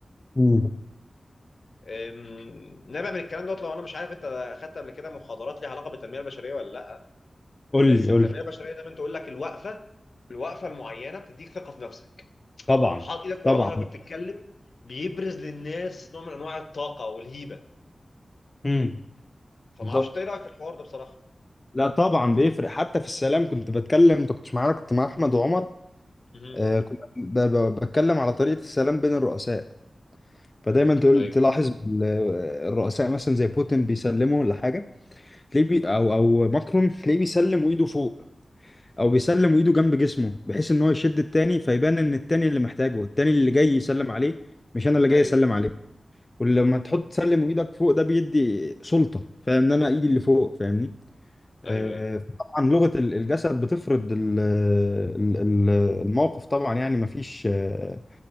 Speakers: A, on the left (about 30°); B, on the left (about 65°).
A: امم
B: أم، نابع من الكلام دوت لو انا مش عارف انت اخدت قبل كده محاضرات ليها علاقه بالتنميه البشريه ولا لا
A: قول
B: بس
A: لي
B: التنميه
A: قول لي
B: البشريه دايما تقول لك الوقفه الوقفه المعينه بتديك ثقه في نفسك
A: طبعا
B: لو حاط ايدك
A: طبعا
B: ورا ظهرك وبتتكلم بيبرز للناس نوع من انواع الطاقه والهيبه
A: امم
B: فما
A: بالظبط
B: اعرفش إنت ايه رايك في الحوار ده بصراحه
A: لا طبعا بيفرق حتى في السلام كنت بتكلم انت كنتش معانا كنت مع احمد وعمر
B: مهم.
A: آه كنت ب- ب- بتكلم على طريقه السلام بين الرؤساء فدايما تقول
B: ايوه
A: تلاحظ ال- الرؤساء مثلا زي بوتين بيسلموا لحاجه تلاقيه بي او او ماكرون تلاقيه بيسلم وايده فوق او بيسلم وايده جنب جسمه بحيث ان هو يشد التاني فيبان ان التاني اللي محتاجه التاني اللي جاي يسلم عليه مش انا اللي جاي
B: ايوه
A: اسلم عليه ولما تحط تسلم وايدك فوق ده بيدي سلطة فاهم ان انا ايدي اللي فوق فاهمني
B: ايوه
A: آه طبعا لغة ال- الجسد بتفرض ال- ال- ال- الموقف طبعا يعني مفيش آه،